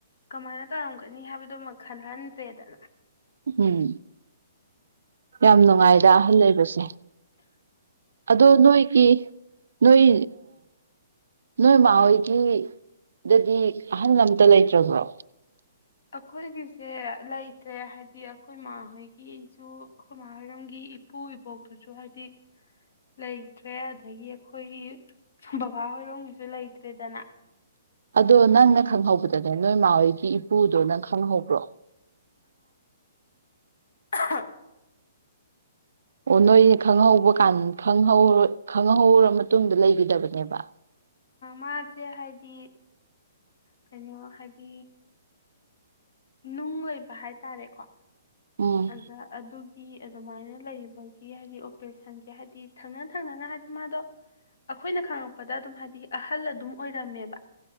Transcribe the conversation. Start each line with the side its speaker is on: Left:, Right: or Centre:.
Left: ꯀꯃꯥꯏꯅ ꯇꯧꯔꯝꯒꯅꯤ ꯍꯥꯏꯕꯗꯨꯃ ꯈꯜꯍꯟꯗ꯭ꯔꯦꯗꯅ
Right: ꯎꯝ ꯌꯥꯝ ꯅꯨꯡꯉꯥꯏꯗ ꯑꯍꯜ ꯂꯩꯕꯁꯦ ꯑꯗꯣ ꯅꯣꯏꯒꯤ ꯅꯣꯏ ꯅꯣꯏ ꯃꯥꯍꯣꯏꯒꯤ ꯗꯗꯤ ꯑꯍꯟ ꯑꯝꯇ ꯂꯩꯇ꯭ꯔꯕ꯭ꯔꯣ
Left: ꯑꯩꯈꯣꯏꯒꯤꯁꯦ ꯂꯩꯇ꯭ꯔꯦ ꯍꯥꯏꯕꯗꯤ ꯑꯩꯈꯣꯏ ꯏꯃꯥ ꯍꯣꯏꯒꯤꯁꯨ ꯑꯩꯈꯣꯏꯃꯥ ꯍꯣꯏꯔꯝꯒꯤ ꯏꯄꯨ ꯏꯕꯣꯛꯇꯨꯁꯨ ꯍꯥꯏꯗꯤ ꯂꯩꯇ꯭ꯔꯦ ꯑꯗꯒꯤ ꯑꯩꯈꯣꯏꯒꯤ ꯕꯕꯥ ꯍꯣꯏꯔꯣꯡꯒꯤꯁꯨ ꯂꯩꯇ꯭ꯔꯦꯗꯅ
Right: ꯑꯗꯣ ꯅꯪꯅ ꯈꯪꯍꯧꯕꯗꯅꯦ ꯅꯣꯏ ꯃꯥꯣꯏꯒꯤ ꯏꯄꯨꯗꯣ ꯅꯪ ꯈꯪꯍꯧꯕ꯭ꯔꯣ
Left: ꯑ
Right: ꯑꯣ ꯅꯣꯏꯁ ꯈꯪꯍꯧꯕ ꯀꯥꯟ ꯈꯍꯧ ꯈꯪꯍꯧꯔ ꯃꯇꯨꯡꯗ ꯂꯩꯈꯤꯗꯕꯅꯦꯕ
Left: ꯃꯥꯁꯦ ꯍꯥꯏꯗꯤ ꯀꯩꯅꯣ ꯍꯥꯏꯗꯤ ꯅꯨꯡ ꯑꯣꯏꯕ ꯍꯥꯏꯇꯥꯔꯦꯀꯣ
Right: ꯎꯝ
Left: ꯑ ꯑꯗꯨꯒꯤ ꯑꯗꯨꯃꯥꯏꯅ ꯂꯩꯕꯒꯤ ꯍꯥꯏꯗꯤ ꯑꯣꯄꯔꯦꯁꯟꯁꯦ ꯍꯥꯏꯗꯤ ꯊꯪꯅ ꯊꯪꯅꯅ ꯍꯥꯏꯗꯤ ꯃꯥꯗꯣ ꯑꯩꯈꯣꯏꯅ ꯈꯪꯉꯛꯄꯗ ꯑꯗꯨꯝ ꯍꯥꯏꯗꯤ ꯑꯍꯜ ꯑꯗꯨꯝ ꯑꯣꯏꯔꯝꯃꯦꯕ